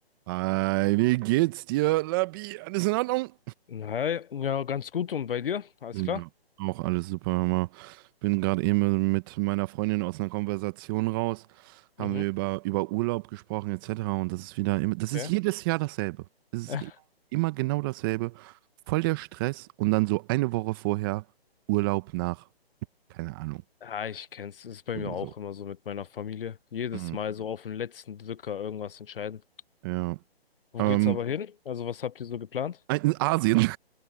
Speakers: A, on the right (about 20°); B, on the left (about 60°).
A: Hi, wie geht's dir, Labi? Alles in Ordnung?
B: Hi, ja, ganz gut. Und bei dir? Alles
A: Ja,
B: klar?
A: auch alles super. hör Bin gerade eben mit meiner Freundin aus einer Konversation raus.
B: Mhm,
A: Haben wir über, über Urlaub gesprochen, etc. Und das ist wieder immer,
B: okay.
A: das ist jedes Jahr dasselbe. Es ist
B: <laughs>
A: immer, immer genau dasselbe. Voll der Stress und dann so eine Woche vorher Urlaub nach, keine Ahnung,
B: Ja, ich kenn's. Es Ist bei
A: irgendwie
B: mir auch
A: so.
B: immer so mit meiner Familie. Jedes
A: Mhm.
B: Mal so auf den letzten Drücker irgendwas entscheiden.
A: Ja.
B: Wo
A: Ähm,
B: geht's aber hin? Also, was habt ihr so geplant?
A: In Asien. <laughs>